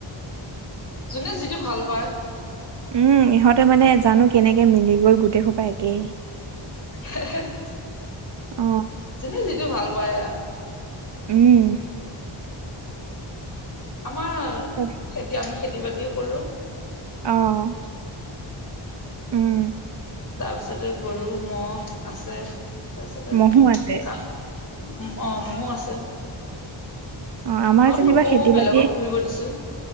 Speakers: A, on the left; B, on the right.
A: যোনে যিটো ভাল পায়।
B: উম ইহঁতে মানে জানো কেনেকে মিলি গ'ল গোটেইসোপা একেই।
A: <unintelligible>
B: অ
A: যোনে যিটো ভাল পায় আও।
B: উম।
A: আমাৰ
B: <inaudible>
A: খেতি আমি খেতি বাতিও কৰোঁ।
B: অ', উম।
A: তাৰপিছতে গৰু ম'হ আছে তাৰপিছতে
B: ম'হো আছে
A: কাঠ অ', ম'হো আছে।
B: অ আমাৰ
A: ঘৰত
B: যেনিবা
A: নুপুহো
B: খেতি
A: বেলেগক
B: বাতি
A: পুহিব দিছোঁ।